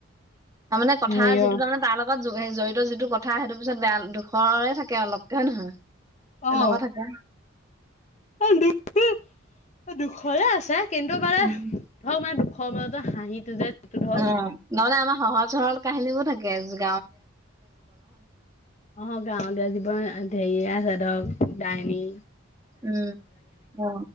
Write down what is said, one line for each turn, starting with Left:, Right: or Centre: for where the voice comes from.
Right: তাৰ মানে কথা
Left: হেৰিয়
Right: যিটো তাৰ মানে তাৰ লগত জড়িত যিটো কথা সেইটো পিছত বেয়া দুখৰে থাকে অলপকে হয় নহয়। তেনেকুৱা
Left: অ
Right: থাকে।
Left: এই জিপটি দুশয় আছে কিন্তু মানে
Right: উম,
Left: ধৰক মানে দুশ মান হাঁহিটো যে সেইটো ধৰক
Right: অ নহলে আমাৰ সহজ সৰল কাহিনী বোৰ থাকে আজি।
Left: অ গাঁৱলীয়া জীৱন ধেৰিয়ে আছে ধৰক। ডাইনি
Right: উম অ